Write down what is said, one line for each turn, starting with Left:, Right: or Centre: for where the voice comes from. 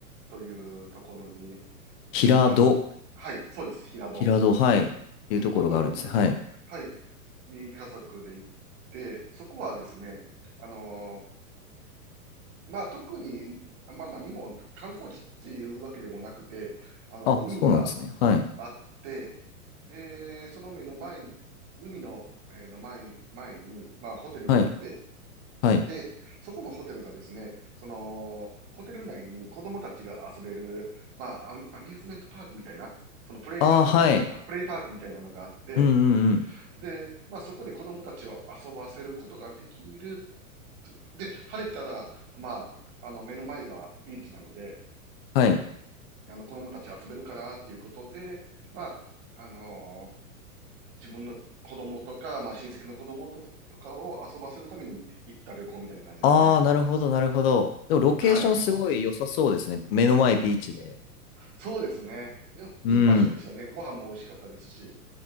Right: というところに、
Left: 平戸。
Right: えっと、家族、はい、そうです、平戸っ
Left: 平戸、はい。っていうところがあるんですね。
Right: ていうところに、
Left: はい。
Right: はい、に家族で行って、そこはですね、あのーまあ、特に、まあ、何も観光地っていうわけでもなくて、あの、
Left: あ、
Right: 海が
Left: そうなんですね。はい。
Right: あって、で、その目の前、海の、えーの前、前に、まあ、ホテルがあって、
Left: はい。はい。
Right: で、そこのホテルがですね、その、ホテル内に子供たちが遊べる、まあ、アミアミューズメントパークみたいな、そのプレイランドみたいな、
Left: ああ、はい。
Right: あプレイパークみたいなのがあって、
Left: うんうんうん。
Right: で、まあそこで子供たちを遊ばせることができる。で、晴れたら、まあ、あの目の前はビーチなので、
Left: はい。
Right: あの子供たち遊べるかなっていうことで、まあ、あのー自分の子供とか、まあ親戚の子供ととかを遊ばせるために行った旅行みたいな感じですね。
Left: ああ、なるほど、なるほど。でも、ロケーションすごい良さそうですね。
Right: はい。
Left: 目の前ビーチで。
Right: あ、そうですね。うんいい場所でしたね。
Left: うん。
Right: ご飯も美味しかったですし。